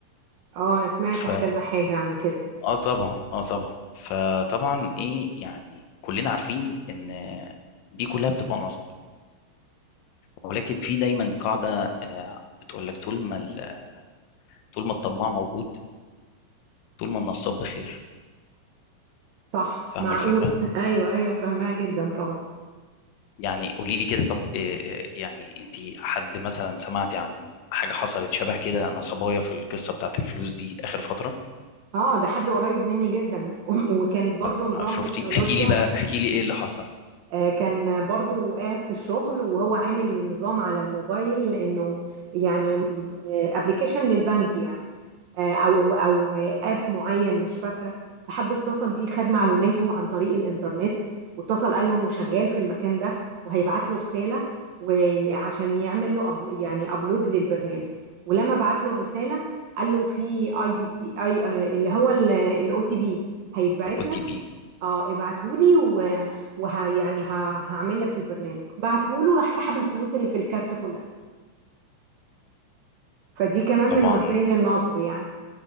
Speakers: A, on the right; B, on the left.
A: اه انا سمعت
B: ف
A: كذا حاجه عن كده
B: اه طبعا اه طبعا فطبعا ايه يعني كلنا عارفين ان دي كلها بتبقى نصب ولكن في دايما قاعدة آه، بتقول لك طول ما ال- طول ما الطماع موجود طول ما النصاب بخير
A: صح
B: فاهمة
A: معقول
B: الفكرة؟
A: <laughs> ايوه ايوه فاهمها جدا طبعا
B: يعني قولي لي كده طب إيه إيه يعني انت حد مثلا سمعتي عن حاجة حصلت شبه كده نصبايا في القصة بتاعت الفلوس دي آخر فترة؟
A: اه ده حد قريب مني جدا <laughs> وكانت برضو
B: طب
A: نظام
B: شفتي؟
A: تكنولوجيا
B: احكي لي بقى احكي لي ايه اللي حصل؟
A: آه، كان برضو قاعد في الشغل وهو عامل نظام على الموبايل انه يعني ابلكيشن للبنك يعني آه، او او آه، اب معين مش فاكره فحد اتصل بيه خد معلوماته عن طريق الانترنت واتصل قال له انه شغال في المكان ده وهيبعت له رساله وعشان يعمل له أبل يعني ابلود للبرنامج ولما بعت له الرساله قال له في اي بي تي اي آه، اللي هو الاو تي بي هيتبعت
B: الاو
A: لك
B: تي بي
A: اه ابعته لي ويعني هعمل لك البرنامج بعته له راح سحب الفلوس اللي في الكارت كلها فدي كمان
B: طبعا
A: من وسائل النصب يعني